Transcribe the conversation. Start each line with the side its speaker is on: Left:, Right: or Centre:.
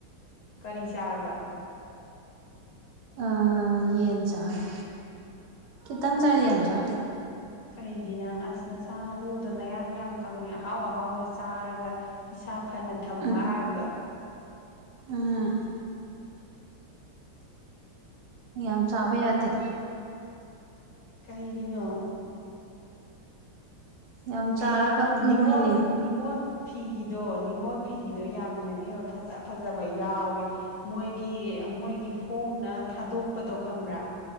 Left: ꯀꯔꯤ ꯆꯥꯔꯕ
Right: ꯑꯥ ꯌꯦꯟ ꯆꯥꯅꯤ ꯈꯤꯇꯪ ꯆꯥꯗꯤ ꯌꯥꯝ ꯆꯥꯗꯦ
Left: ꯀꯩꯒꯤꯅꯪ ꯑꯁ ꯅꯁꯥꯟꯅꯎꯗꯣ ꯅꯌꯥꯡ ꯌꯥꯝ ꯀꯪꯉꯦ ꯑꯍꯥꯎ ꯑꯍꯥꯎꯕ ꯆꯥꯔꯒ ꯏꯁꯥ ꯐꯅ ꯊꯝꯃꯣ
Right: ꯎꯝ
Left: ꯍꯥꯏꯔꯒ
Right: ꯎꯝ ꯌꯥꯝ ꯆꯥꯕ ꯌꯥꯗꯦ
Left: ꯀꯩꯒꯤꯅꯣ
Right: ꯌꯥꯝ ꯆꯥꯔꯒ
Left: ꯑꯦ ꯅꯤꯡꯉꯣ
Right: ꯅꯣꯏꯅꯦ
Left: ꯅꯤꯡꯉꯜ ꯐꯤꯒꯤꯗꯣ ꯅꯤꯉꯣꯜ ꯐꯤꯒꯤꯗꯣ ꯌꯥꯝꯅ ꯑꯃ ꯐꯖ ꯐꯖꯕ ꯌꯥꯎꯋꯦ ꯃꯣꯏꯒꯤ ꯃꯣꯏꯒꯤ ꯍꯣꯡꯅ ꯊꯥꯗꯣꯛꯄꯗꯣ ꯈꯝꯕ꯭ꯔꯥ